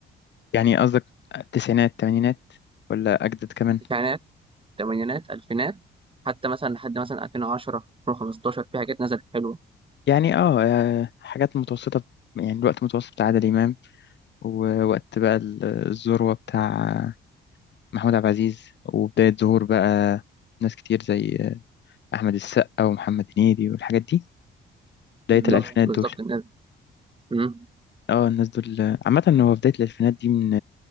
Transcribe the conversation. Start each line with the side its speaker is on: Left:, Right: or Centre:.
Left: يعني قصدك التسعينات الثمانينات ولا اجدد كمان
Right: تسعينات ثمانينات الفينات حتى مثلا لحد مثلا 2010 2015 في حاجات نزلت حلوه
Left: يعني اه آه، حاجات متوسطة يعني الوقت متوسط بتاع عادل امام ووقت بقى ال- الذروة بتاع محمود عبد العزيز وبداية ظهور بقى ناس كتير زي آه، احمد السقا ومحمد هنيدي والحاجات دي بداية
Right: بالظبط
Left: الالفينات
Right: بالظبط
Left: دول
Right: الناس امم
Left: اه الناس دول عامة هو بداية الألفينات دي من